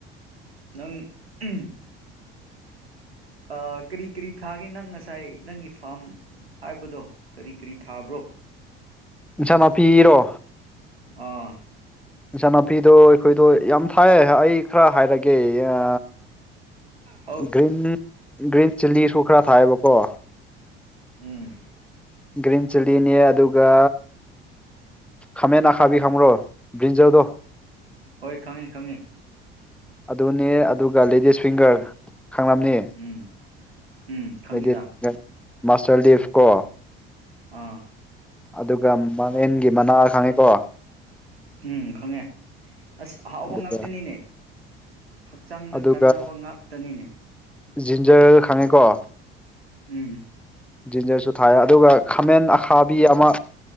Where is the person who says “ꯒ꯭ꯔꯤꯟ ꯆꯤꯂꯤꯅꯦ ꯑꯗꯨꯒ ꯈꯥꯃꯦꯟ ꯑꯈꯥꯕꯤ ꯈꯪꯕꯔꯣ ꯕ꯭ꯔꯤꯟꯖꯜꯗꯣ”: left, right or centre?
Centre